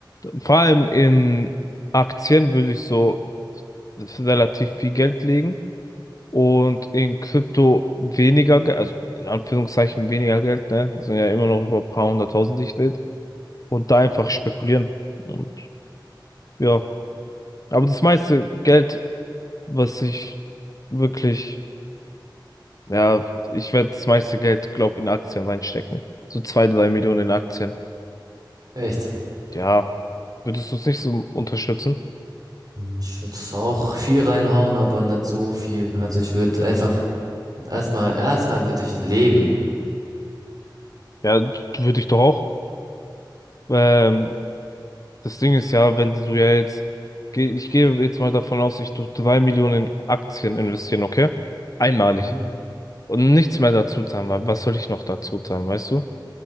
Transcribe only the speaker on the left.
Vor allem in Aktien würde ich so relativ viel Geld legen und in Krypto weniger Geld, also in Anführungszeichen weniger Geld, ne? Das sind ja immer noch über ein paar hunderttausend, die ich rede. Und da einfach spekulieren. Und ja, aber das meiste Geld, was ich wirklich, ja, ich werde das meiste Geld, glaub, in Aktien reinstecken. So zwei, drei Millionen in Aktien.
Ja, würdest du es nicht so unterstützen?
Ja, würde ich doch auch. Ähm, Das Ding ist ja, wenn du ja jetzt, geh- ich gehe jetzt mal davon aus, ich tu drei Millionen Aktien investieren, okay? Einmalig.
Und nichts mehr dazu zahlen, weil was soll ich noch dazu zahlen, weißt du?